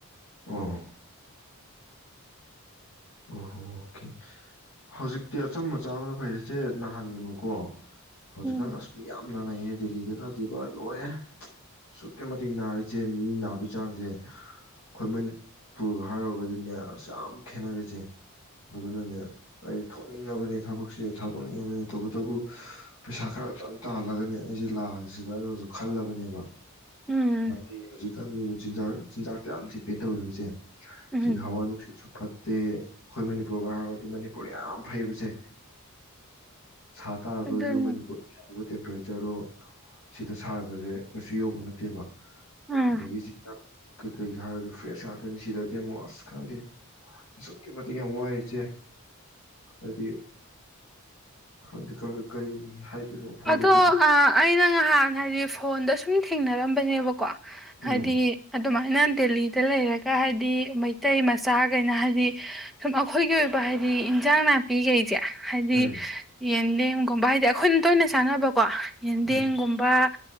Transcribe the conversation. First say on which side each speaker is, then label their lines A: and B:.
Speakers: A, on the left; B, in the centre.
A: ꯑ ꯑꯣꯍꯣ ꯑꯣꯀꯦ ꯍꯧꯖꯤꯛꯇꯤ ꯑꯆꯝꯕꯆꯥ ꯑꯃꯅ ꯐꯩꯔꯁꯦ ꯅꯥꯍꯟꯒꯅꯨꯀꯣ ꯍꯧꯖꯤꯛꯀꯥꯟ
B: ꯎꯝ
A: ꯑꯁ ꯃꯤ ꯌꯥꯝ ꯅꯥꯔꯛꯑꯦ ꯗꯦꯜꯂꯤꯗ ꯀꯥꯇꯦꯕ ꯂꯣꯏꯔꯦ ꯑꯁꯨꯛꯀꯤ ꯃꯇꯤꯛ ꯅꯥꯔꯦ ꯆꯦꯟ ꯃꯤ ꯅꯥꯕꯒꯤ ꯆꯥꯡꯁꯦ ꯈꯨꯣꯏꯃꯟ ꯄꯨꯔꯒ ꯍꯥꯏꯔꯨꯔꯒꯗꯤꯅꯦ ꯑꯁ ꯌꯥꯝ ꯈꯦꯠꯅꯔꯦ ꯁꯦ ꯑꯗꯨꯅꯅꯦ ꯑꯩ ꯊꯣꯛꯅꯤꯡꯉꯕꯅꯦ ꯊꯕꯛꯁꯦ ꯊꯥꯗꯣꯛꯅꯤꯡꯉꯕꯅꯤ ꯇꯧꯕꯇꯕꯨ ꯄꯩꯁꯥ ꯈꯔꯇꯪ ꯇꯥꯜꯂꯒꯅꯦ ꯑꯩꯁꯦ ꯂꯥꯛꯑꯁꯤꯗꯅꯁꯨ ꯈꯜꯂꯕꯅꯦꯕ
B: ꯎꯝ
A: ꯍ ꯀꯥꯟ ꯌꯦꯡꯨꯛ ꯆꯤꯟꯖꯥꯛ ꯆꯤꯟꯖꯥꯛꯇꯦ ꯌꯥꯝ ꯗꯤꯄꯦꯟ ꯇꯧꯋꯤꯕꯁꯦ ꯁꯤ
B: ꯎꯝ
A: ꯍꯋꯥ ꯁ ꯐ ꯑꯩꯈꯣꯏ ꯃꯅꯤꯄꯨꯔꯒ ꯍꯥꯏꯔꯒꯗꯤ ꯃꯅꯤꯄꯨꯔ ꯌꯥꯝ ꯐꯩꯕꯁꯦ ꯁꯥ ꯇꯥꯔꯒꯁꯨ
B: ꯑꯗꯨꯅꯤ
A: ꯃꯅꯤꯄꯨꯔ ꯇꯦꯝꯄꯔꯦꯆꯔꯗꯣ ꯁꯤꯗ ꯁꯥꯕꯁꯦ ꯀꯩꯁꯨ ꯌꯧꯕ ꯅꯠꯇꯦꯕ
B: ꯎꯝ
A: ꯑꯗꯒꯤ ꯆꯥꯛ ꯀꯩꯀꯩꯁꯨ ꯍꯥꯏꯔꯁꯨ ꯐ꯭ꯔꯦꯁ ꯉꯥꯛꯇꯅꯤ ꯁꯤꯗꯗꯤ ꯃꯣꯁ ꯈꯪꯗꯦ ꯑꯁꯨꯛꯀꯤ ꯃꯇꯤꯛ ꯌꯥꯝ ꯋꯥꯏ ꯏꯆꯦ ꯍꯥꯏꯗꯤ ꯈꯪꯗꯦ ꯈ ꯀꯩ ꯍꯥꯏꯗꯣꯏꯅꯣ ꯐꯣꯡꯗꯣꯛꯄꯁꯨ
B: ꯑꯗꯣ ꯑꯩꯅ ꯉꯍꯥꯟ ꯍꯥꯏꯗꯤ ꯐꯣꯟꯗ ꯁꯨꯝ ꯊꯦꯡꯅꯔꯝꯕꯅꯦꯕꯀꯣ
A: ꯎꯝ
B: ꯑꯗꯤ ꯑꯗꯨꯃꯥꯏꯅ ꯗꯦꯜꯂꯤꯗ ꯂꯩꯔꯒ ꯍꯥꯏꯗꯤ ꯃꯩꯇꯩ ꯃꯆꯥꯈꯩꯅ ꯍꯥꯏꯗꯤ ꯁꯨꯝ ꯑꯩꯈꯣꯏꯒꯤ ꯑꯣꯏꯕ ꯍꯥꯏꯗꯤ ꯏꯟꯖꯥꯡ ꯅꯥꯄꯤꯈꯩꯁꯦ ꯍꯥꯏꯗꯤ
A: ꯎꯝ
B: ꯌꯦꯟ ꯂꯦꯝꯒꯨꯝꯕ ꯍꯥꯏꯗꯤ ꯑꯩꯈꯣꯏꯅ ꯇꯅ ꯁꯥꯟꯅꯕ ꯀꯣ ꯌꯦꯟꯗꯦꯝꯒꯨꯝꯕ
A: ꯎꯝ